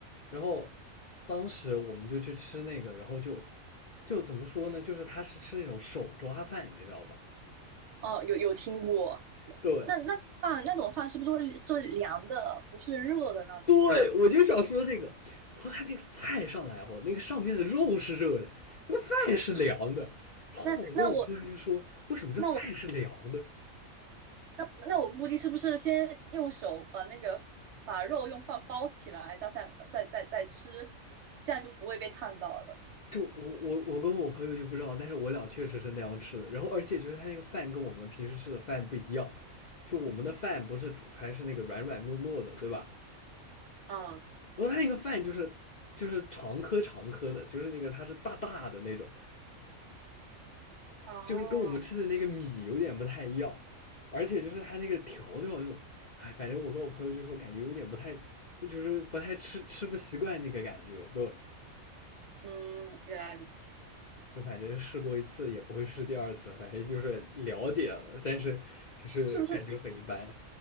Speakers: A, on the left; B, on the right.
A: 然后当时我们就去吃那个，然后就就怎么说呢？就是他是吃那种手抓饭，你知道吧？
B: 哦，有有听过，
A: 对，
B: 那那饭那种饭是不是做做凉的，不是热的呢？
A: 对，我就想说这个。然后他那个菜上来后，那个上面的肉是热的，那个饭是凉的。然后我跟我朋友就说：
B: 那那我
A: “为什么这饭是凉的？”
B: 那我那我估计是不是先用手把那个把肉用饭包起来，再饭再再再吃，这样就不会被烫到了。
A: 就我我我跟我朋友就不知道，但是我俩确实是那样吃的。然后而且就是他那个饭跟我们平时吃的饭不一样，就我们的饭不是煮出来是那个软软糯糯的，
B: 嗯哼，
A: 对吧？
B: 嗯，
A: 然后他那个饭就是就是长颗长颗的，就是那个它是大大的那种，
B: 哦。
A: 就是跟我们吃的那个米有点不太一样，而且就是它那个调料又，哎，反正我跟我朋友就说感觉有点不太，就是不太吃吃不习惯那个感觉，对，
B: 嗯，原来如此。
A: 就反正试过一次也不会试第二次，反正就是了解了，但是就是感觉很一般，
B: 是不是？嗯